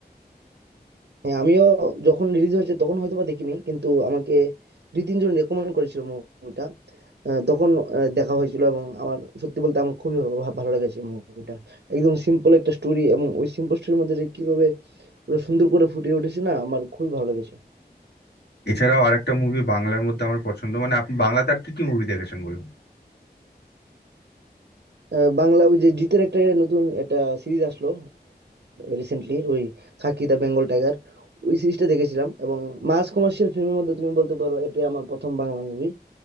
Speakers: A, on the right; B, on the left.
A: হ্যাঁ আমিও যখন রিলিজ হয়েছে তখন হয়তো বা দেখিনি কিন্তু আমাকে দুই তিনজন রেকমেন্ড করেছিল মুভিটা তখন আহ, দেখা হয়েছিল এবং আমার সত্যি বলতে আমার খুবই ভা- ভালো লেগেছে মুভিটা একদম সিম্পল একটা স্টোরি এবং ওই সিম্পল স্টোরির মধ্যে যে কিভাবে ওরা সুন্দর করে ফুটিয়ে উঠেছে না আমার খুবই ভালো লেগেছে
B: এছাড়াও আরেকটা মুভি বাংলার মধ্যে আমার পছন্দ মানে আপনি বাংলাতে আর কি কি মুভি দেখেছেন বলুন
A: আহ, বাংলা ওই যে জিতের একটা নতুন একটা সিরিজ আসলো রিসেন্টলি ওই খাকি দা বেঙ্গল টাইগার ওই সিরিজটা দেখেছিলাম এবং মাস কমার্শিয়াল ফিল্মের মধ্যে তুমি বলতে পারো এটাই আমার প্রথম বাংলা মুভি